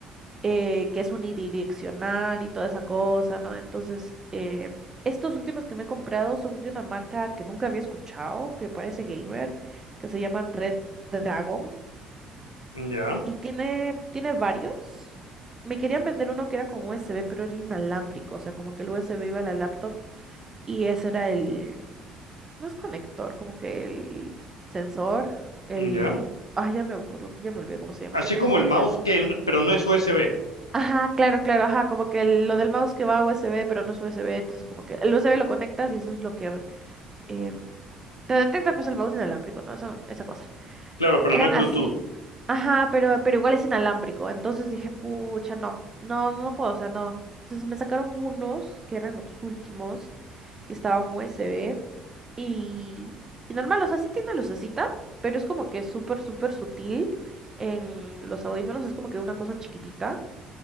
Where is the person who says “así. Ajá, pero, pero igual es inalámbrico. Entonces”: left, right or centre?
Right